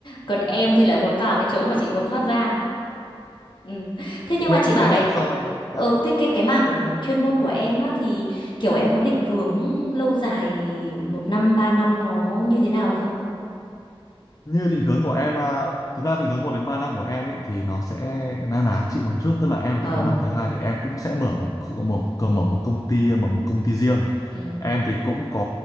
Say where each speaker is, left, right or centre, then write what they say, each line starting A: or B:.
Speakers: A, on the left; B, on the left.
A: còn em thì lại muốn vào cái chỗ mà chị muốn thoát ra ừ. thế nhưng
B: nhưng
A: mà
B: mà
A: chị
B: em
A: bảo
B: thấy là
A: này
B: sau này dạ,
A: Ờ, thế cái cái mảng chuyên môn của em á thì kiểu em có định hướng lâu dài một năm ba năm nó như thế nào không?
B: như định hướng của em à, thực ra định hướng một đến 3 năm của em ấy thì nó sẽ na ná chị một chút tức là em
A: ờ
B: định vào năm thứ hai thì em cũng sẽ mở một, mở mở một công ty mở một công ty riêng
A: ừ
B: em thì cũng có